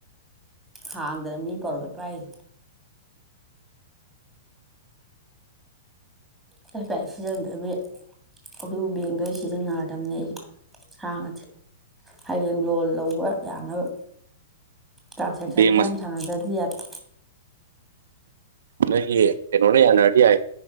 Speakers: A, in the centre; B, on the right.
A: ꯍꯥꯡꯗꯅ ꯃꯤ ꯄꯧꯔꯣꯏ ꯄꯥꯏꯁꯦ ꯍꯥꯏꯐꯥꯏ ꯁꯤꯖꯤꯟꯅꯗꯕꯤ ꯑꯗꯨ ꯕꯦꯡꯗ ꯁꯤꯖꯤꯟꯅꯔꯗꯕꯅꯦ ꯑꯩ ꯍꯥꯡꯉꯗꯤ ꯍꯌꯦꯡ ꯂꯣꯟ ꯂꯧꯕ ꯌꯥꯅꯕ ꯇ꯭ꯔꯥꯟꯁꯦꯛꯁꯟ
B: ꯕꯦꯡ
A: ꯈ
B: ꯃꯁ
A: ꯌꯥꯝ ꯁꯥꯟꯅꯗꯗꯤ ꯌꯥꯗꯦ
B: ꯅꯪꯒꯤ ꯀꯩꯅꯣꯅꯦ ꯑꯅꯔꯗꯤ ꯌꯥ